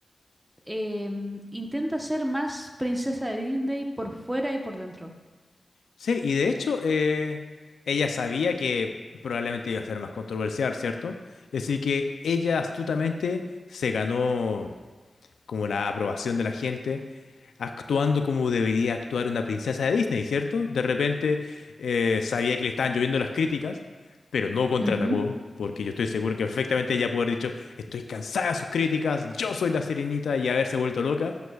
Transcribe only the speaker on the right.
em, intenta ser más princesa de Disney por fuera y por dentro.
Ujú.